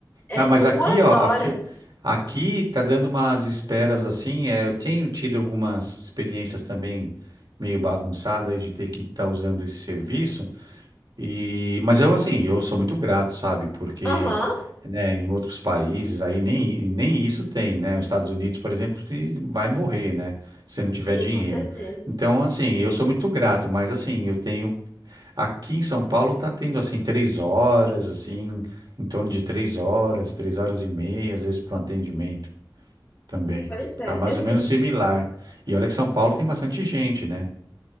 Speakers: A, on the left; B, on the right.
A: É,
B: Ah, mas
A: duas
B: aqui, ó,
A: horas.
B: a fi- aqui tá dando umas esperas assim. é, eu tenho tido algumas experiências também meio bagunçadas aí de ter que estar usando esse serviço. E, mas eu, assim, eu sou muito grato, sabe? Porque,
A: Aham,
B: né, em outros países aí nem, nem isso tem, né? Os Estados Unidos, por exemplo, que vai morrer, né? Se não tiver
A: sim,
B: dinheiro.
A: com certeza.
B: Então, assim, eu sou muito grato, mas, assim, eu tenho... Aqui em São Paulo tá tendo, assim, três horas, assim, em torno de três horas, três horas e meia, às vezes, para um atendimento também.
A: Pois é,
B: Tá mais
A: eu
B: ou
A: senti.
B: menos similar. E olha que São Paulo tem bastante gente, né?